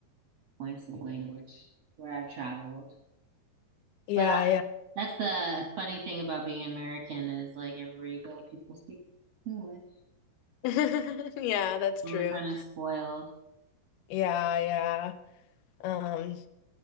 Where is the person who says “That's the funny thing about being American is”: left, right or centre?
Right